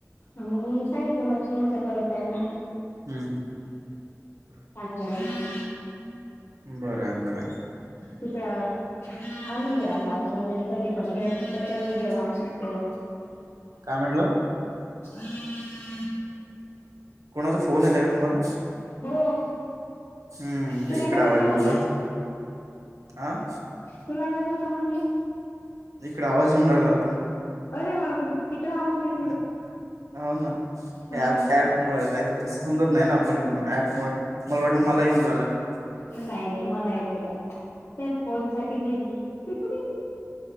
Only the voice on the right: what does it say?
हम्म
बरं आहे बरं आहे
काय म्हटलो?
कोणाचा फोन येत का तुम्हाला?
हम्म
इकडे
आवाज
येऊन राहीला. आं?
इकड आवाज येउन राहला होता.
हा हो ना.
ऍप ऍपमुळं नाही तर तसं समजत नाही ना, पण ऍपमुळं मला वाटलं मला येऊन राहिलं का?